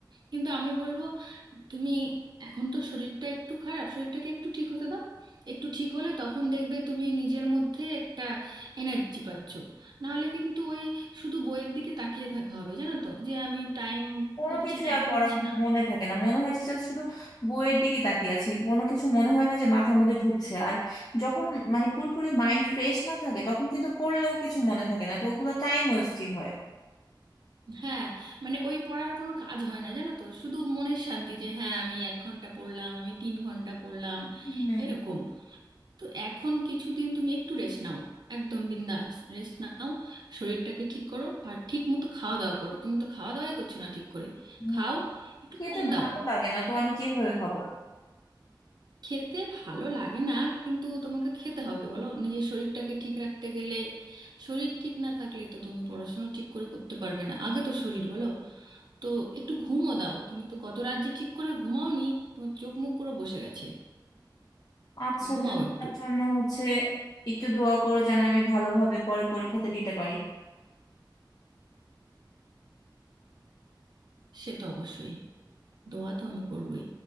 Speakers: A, on the right; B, on the left.
A: কিন্তু আমি বলবো তুমি এখন তো শরীরটা একটু খারাপ শরীরটাকে একটু ঠিক হতে দাও একটু ঠিক হলে তখন দেখবে তুমি নিজের মধ্যে একটা এনার্জি পাচ্ছ নাহলে কিন্তু ওই শুধু বইয়ের দিকে তাকিয়ে থাকা হবে জানো তো যে আমি টাইম
B: কোনো
A: করছি
B: কিছুই
A: না
B: আর
A: পড়ছি
B: পড়া
A: না
B: মনে থাকে না মনে হয় যে just শুধু বইয়ের দিকে তাকিয়ে আছে কোনো কিছু মনে হয় না যে মাথার মধ্যে ঢুকছে আর যখন মানে পুরোপুরি মাইন্ড ফ্রেশ না থাকে তখন কিন্তু পড়লেও কিছু মনে থাকে না তো ওগুলো টাইম ওয়েস্টিং হয়
A: হ্যাঁ মানে ওই পড়ার কোনো কাজ হয় না জানো তো শুধু মনের শান্তি যে হ্যাঁ আমি এক ঘন্টা পড়লাম আমি তিন ঘন্টা পড়লাম
B: হুম,
A: এরকম তো এখন কিছুদিন তুমি একটু রেস্ট নাও একদম বিন্দাস রেস্ট নাও শরীরটাকে ঠিক করো আর ঠিক মতো খাওয়া দাওয়া করো তুমি তো খাওয়া দাওয়াই করছো না ঠিক করে
B: হুম।
A: খাও একটু
B: খেতে
A: ঘুম
B: ভালো
A: দাও
B: লাগে না তো আমি কিভাবে খাবো
A: খেতে ভালো লাগে না কিন্তু তোমাকে খেতে হবে বলো নিজের শরীরটাকে ঠিক রাখতে গেলে শরীর ঠিক না থাকলে তো তুমি পড়াশোনা ঠিক করে করতে পারবে না আগে তো শরীর বলো তো একটু ঘুমও দাও তুমি তো কত রাত যে ঠিক করে ঘুমাওনি তোমার চোখ মুখ পুরো বসে গেছে
B: আচ্ছা
A: ঘুমাও
B: তুমি
A: একটু
B: আমার জন্য হচ্ছে একটু দোয়া করো যেন আমি ভালোভাবে পরে পরীক্ষাতে দিতে পারি
A: সে তো অবশ্যই দোয়া তো আমি করবোই